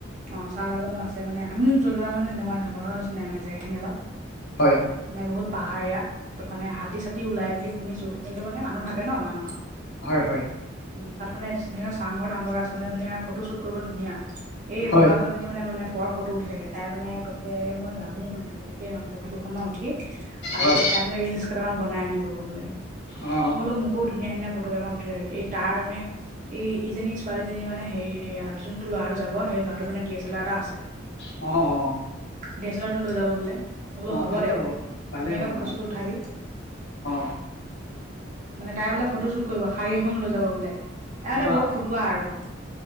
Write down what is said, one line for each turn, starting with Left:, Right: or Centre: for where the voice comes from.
Right: অহ, চাহ বাগানো আছে মানে আমিও জলবা মানে নোমাই ধৰ তহঁতৰ নিচিনাই মানে জেগাখিনি অলপ।
Left: হয়।
Right: মানে বহুত পাহাৰীয়া, তাত মানে হাতী-চাতি ওলাই বুলি শুনিছোঁ কিন্তু মানে মানুহ থাকে ন' মান।
Left: হয়, হয়।
Right: উম, তাত মানে ধুনীয়াকে চাংঘৰ-তাংঘৰ আছে মানে, ধুনীয়া ফটোশ্বুট কৰিব ধুনীয়া, এই
Left: হয়
Right: বগা ছোৱালী জনী মানে মানে বৰ ফটো উঠি থাকে। তাই মানে কৈছে মই যামেই মানে যেনেকে নহওক ফটো দুখন মান উঠি, আজিকালি
Left: হয়
Right: তাই মানে ৰিলচ কেইটামান বনাই আনিবগৈ বোলে,
Left: অ অ
Right: বোলো মোকো ধুনীয়া ধুনীয়া ফটোকেইটামান উঠাই যাবি এই তাৰ মানে এই ইজনী ছোৱালীজনী মানে হেৰি এয়া যোনটো ল'ৰালৈ যাব সেই ল'ৰাটোৰ মানে ডি এছ এল আৰ এটা আছে।
Left: অ', অ'।
Right: ডি এছ এল আৰটো লৈ যাব বোলে। ম বোলো
Left: অ অ
Right: হ'বদে
Left: ভালেই হ'ব ভালেই
Right: ধুনীয়াকে
Left: হ'ব
Right: ফটো
Left: নহ'লে
Right: চটো উঠাবি।
Left: অ
Right: মানে তাই বোলে ফটো শ্বুট কৰিব শাৰী এখন লৈ যাব বোলে, তাই মানে
Left: বা
Right: বহুত ফটোৱা আৰু।